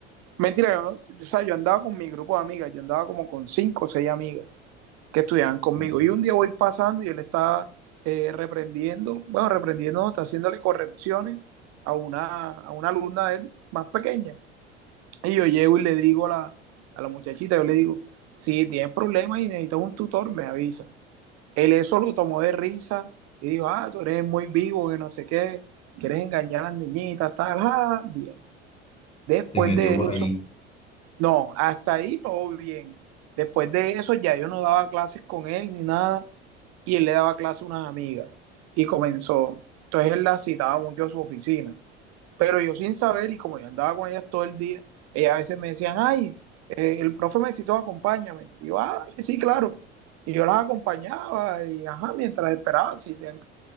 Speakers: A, on the right; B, on the left.
A: mentira, yo, no, o sea, yo andaba con mi grupo de amigas, yo andaba como con 5, o 6 amigas que estudiaban conmigo.
B: Ah,
A: Y un día voy pasando y él está eh, reprendiendo, bueno, reprendiendo, está haciéndole correcciones a una, a una alumna de él más pequeña. Y yo llego y le digo a la, a la muchachita, yo le digo, si tienes problemas y necesitas un tutor, me avisa. Él eso lo tomó de risa y dijo, ah, tú eres muy vivo, que no sé qué, quieres engañar a las niñitas, tal, ah, bien. Después
B: Se metió
A: de
B: por
A: eso,
B: allí.
A: no, hasta ahí todo bien. Después de eso ya yo no daba clases con él ni nada y él le daba clases a unas amigas y comenzó. Entonces él la citaba mucho a su oficina pero yo sin saber, y como yo andaba con ellas todo el día, ellas a veces me decían, ay, eh, el profe me citó, acompáñame. Y yo, ah, vale, sí, claro. Y yo las acompañaba y, ajá, mientras esperaba, si te...